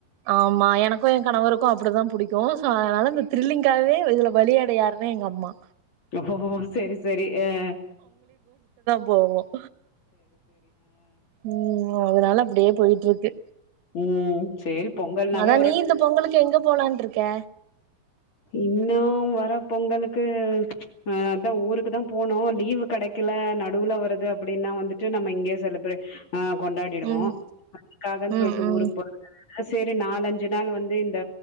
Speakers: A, on the right; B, on the left.
A: ஆமா எனக்கும் என் கணவருக்கும் அப்படிதான் பிடிக்கும் அதனால இந்த த்ரில்லிங்காகவே இதுல பலியாடையாருன்னு எங்க அம்மா
B: ஓ சரி சரி ஆஹ்
A: போவோம் உம் அதனால அப்படியே போயிட்டு இருக்கு
B: உம் சரி பொங்கல்னாவே
A: அதான்
B: ஒரு
A: நீ இந்த பொங்கலுக்கு எங்க போலான்ருக்க
B: இன்னு வர பொங்கலுக்கு அ அதா ஊருக்கு தா போனோ லீவு கிடைக்கல நடுவுல வருது அப்படின்னா வந்துட்டு நம்ம இங்கேயே செலப்ரெட் ஆ கொண்டாடிடுவோ
A: ம்
B: பண்ணிக்காகன்
A: ம்
B: சொல்ட்டு
A: ம்
B: ஊருக்கு போ <unintelligible> அ செரி நாலஞ்சு நாள் வந்து இந்த